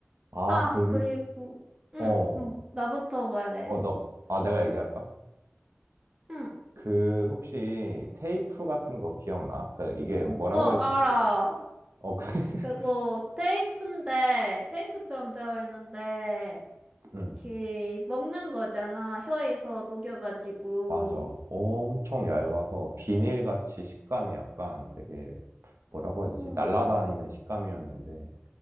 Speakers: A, on the right; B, on the right.
A: 아,
B: 아,
A: 그리고,
B: 그리고, 응,
A: 어,
B: 응, 나부터 말해.
A: 어, 너, 아, 내가 얘기할까?
B: 응,
A: 그, 혹시 테이프 같은 거 기억나? 그, 이게 뭐라고
B: 어, 알아.
A: 해야 되지? 모르겠- 어, 그, <laughs>
B: 그거 테이프인데, 테이프처럼 되어 있는데,
A: 응,
B: 그, 먹는 거잖아. 혀에서 녹여가지고.
A: 맞아. 엄청 얇아서 비닐같이 식감이 약간 되게, 뭐라고 해야 되지?
B: 응,
A: 날라다니는 식감이었는데,